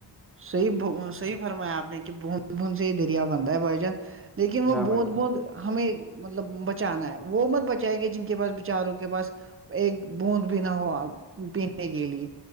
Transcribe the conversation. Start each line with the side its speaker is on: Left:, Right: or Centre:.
Right: صحی صی فرمایا آپ نے کہ ب ب سے ہی دریا بندا ہے بھائیجن لیکن وہ
Centre: ہاں
Right: بت
Centre: بھائی جان
Right: بونت ہمیں مطلب بچانا ہے وہ ع مر بچائیں گے جن کے پاس بیچاروں کے پاس ایک بوند بھی نہ ہو پینے کے لیے